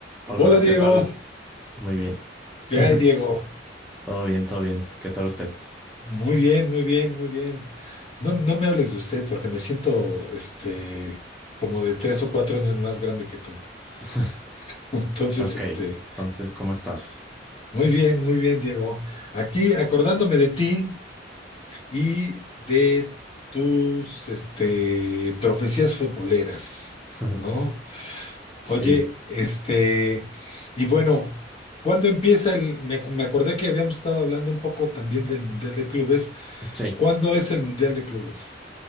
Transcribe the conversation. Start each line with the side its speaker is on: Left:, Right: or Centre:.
Centre: Hola,
Left: Hola Diego,
Centre: ¿qué tal? Muy bien. <laughs>
Left: ¿qué hay Diego?
Centre: Todo bien, todo bien. ¿Qué tal usted?
Left: Muy bien, muy bien, muy bien. No, no me hables de usted porque me siento este como de tres o cuatro años más grande que tú.
Centre: <laughs>
Left: <laughs> Entonces,
Centre: Ok,
Left: este,
Centre: entonces, ¿cómo estás?
Left: muy bien, muy bien, Diego. Aquí acordándome de ti y de tus este profecías futboleras,
Centre: <laughs>
Left: ¿no?
Centre: Sí,
Left: Oye, este, y bueno, ¿cuándo empieza el, me, ac- me acordé que habíamos estado hablando un poco también del Mundial de Clubes.
Centre: sí.
Left: ¿Cuándo es el Mundial de Clubes?